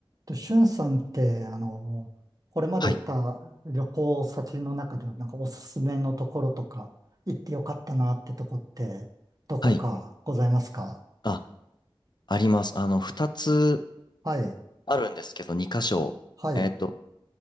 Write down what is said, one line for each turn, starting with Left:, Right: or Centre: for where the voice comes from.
Right: と、しゅんさんって、あの、これまで行った旅行先の中で、
Left: はい。
Right: なんかおすすめのところとか、行ってよかったなってとこって、どこかございますか
Left: はい。あ、あります。あの、二つ
Right: はい、
Left: あるんですけど、二箇所。
Right: はい、
Left: えっと、